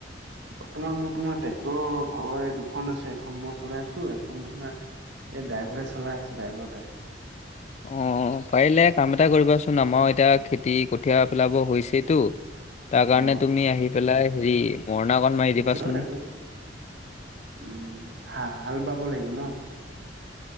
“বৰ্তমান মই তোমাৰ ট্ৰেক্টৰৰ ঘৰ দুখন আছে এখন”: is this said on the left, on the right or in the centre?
Right